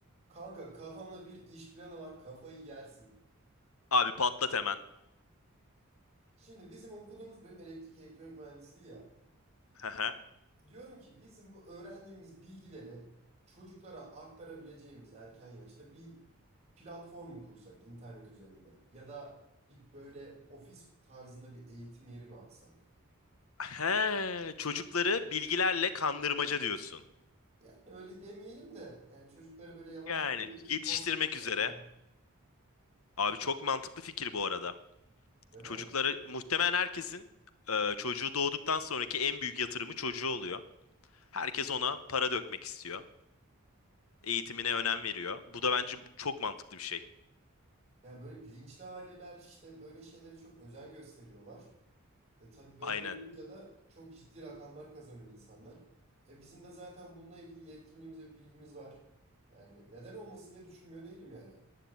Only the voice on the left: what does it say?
Abi patlat hemen.
Hı hı.
He, çocukları bilgilerle kandırmaca diyorsun.
Yani
yetiştirmek
üzere.
Abi çok mantıklı fikir bu arada.
Çocukları muhtemelen herkesin e, çocuğu doğduktan sonraki en büyük yatırımı çocuğu oluyor. Herkes ona para dökmek istiyor. Eğitimine önem veriyor. Bu da bence çok mantıklı bir şey.
Aynen.